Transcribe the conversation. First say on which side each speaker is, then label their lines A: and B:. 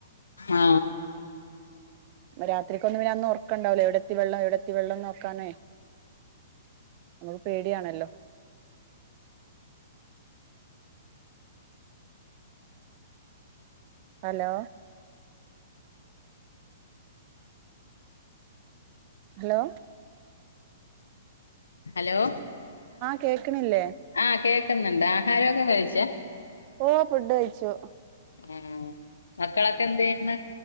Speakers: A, on the left (about 80°); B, on the right (about 40°).
A: ആ
B: രാത്രിക്കൊന്നും പിന്നെ അന്ന് ഉറക്കണ്ടാവ്ല്ല്ല എവിടെത്തി വെള്ളം എവിടെത്തി വെള്ളംന്ന് നോക്കാനേ നമുക്ക് പേടിയാണല്ലോ ഹലോ ഹലോ
A: ഹലോ
B: കേക്ക്ണില്ലേ
A: ആഹ് കേക്കുന്നുണ്ട് ആഹാരമൊക്കെ കഴിച്ചെ
B: ഓ ഫുഡ് കഴിച്ചു
A: <unintelligible> മക്കളൊക്കെ എന്ത് ചെയ്യുന്ന്